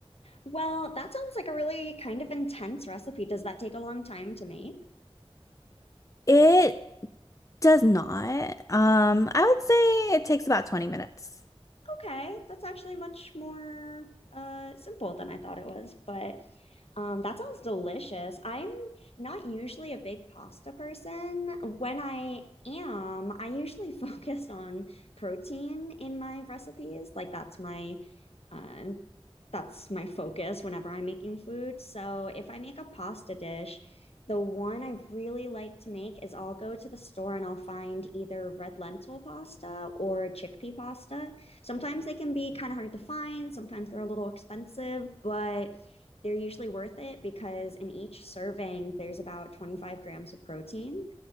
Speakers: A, on the left; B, on the left.
A: Well, that sounds like a really kind of intense recipe. Does that take a long time to make?
B: It does not. Um, I would say it takes about 20 minutes.
A: okay, that's actually much more uh, simple than I thought it was. But um, that sounds delicious. I'm not usually a big pasta person. When I am, I usually <laughs> focus on protein in my recipes. Like that's my uh, that's my focus whenever I'm making food. So if I make a pasta dish, the one I really like to make is I'll go to the store and I'll find either red lentil pasta or chickpea pasta Sometimes they can be kind of hard to find, sometimes they're a little expensive, but they're usually worth it because in each serving, there's about 25 grams of protein.